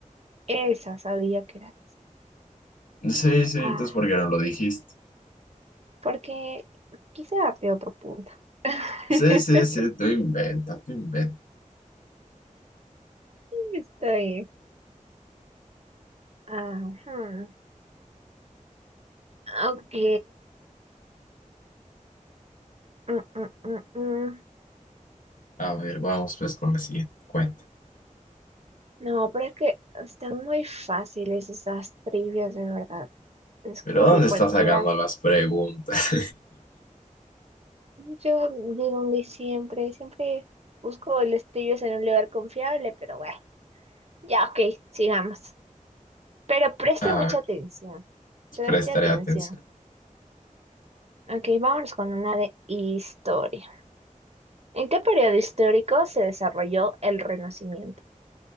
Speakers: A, on the right; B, on the left.
A: Esa sabía que era.
B: Sí, sí,
A: Ah,
B: entonces ¿por qué no lo dijiste?
A: porque quise darte otro punto. <laughs>
B: Sí, sí, sí, tú inventa, tú inventa.
A: Está bien. Ajá. Ok. Mm, mm, mm, mm.
B: A ver, vamos pues con la siguiente cuenta.
A: No, pero es que están muy fáciles esas trivias, de verdad. Es
B: ¿Pero
A: como
B: dónde
A: que cualquiera.
B: estás sacando las preguntas?
A: Yo de donde siempre, siempre busco las trivias en un lugar confiable, pero bueno, ya, ok, sigamos. Pero preste
B: <laughs>
A: mucha atención,
B: A
A: preste
B: Prestaré
A: atención.
B: atención.
A: Ok, vámonos con una de historia. ¿En qué periodo histórico se desarrolló el Renacimiento?